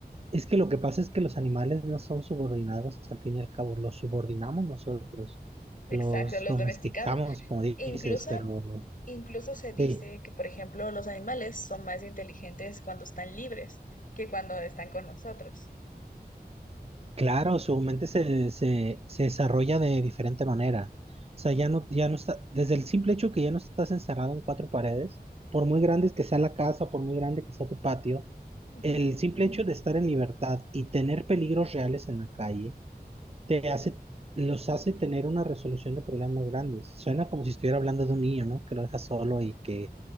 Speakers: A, on the right; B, on the left.
A: Es que lo que pasa es que los animales no son subordinados, al fin y al cabo, los subordinamos nosotros,
B: Exacto,
A: los
B: los
A: domesticamos,
B: domesticamos.
A: como dices,
B: E incluso,
A: pero
B: incluso se dice
A: sí,
B: que, por ejemplo, los animales son más inteligentes cuando están libres que cuando están con nosotros.
A: Claro, su mente se, se, se desarrolla de diferente manera. O sea, ya no, ya no está, desde el simple hecho que ya no estás encerrado en cuatro paredes, por muy grandes que sea la casa, por muy grande que sea tu patio,
B: Ujú.
A: el simple hecho de estar en libertad y tener peligros reales en la calle, te hace, los hace tener una resolución de problemas más grandes. Suena como si estuviera hablando de un niño, ¿no? Que lo deja solo y que,